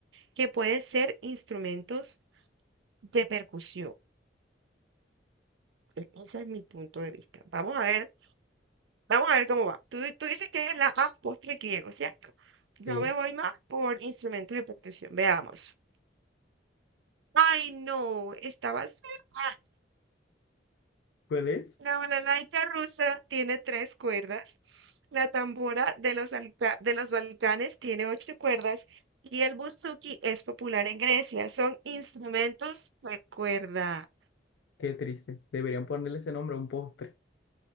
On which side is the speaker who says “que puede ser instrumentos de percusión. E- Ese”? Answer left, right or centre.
Right